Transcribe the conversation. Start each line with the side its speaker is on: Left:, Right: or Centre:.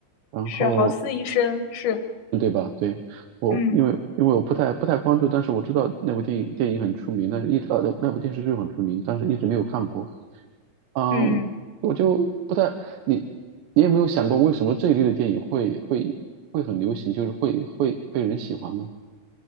Right: 然后
Left: 是豪斯医生，是，
Right: 嗯对吧？对我，
Left: 嗯
Right: 因为因为我不太不太关注，但是我知道那部电影电影很出名，但是一直呃那部电视剧很出名，但是一直没有看过。嗯，
Left: 嗯。
Right: 我就不太，你你有没有想过为什么这一类的电影会会会很流行，就是会会被人喜欢呢？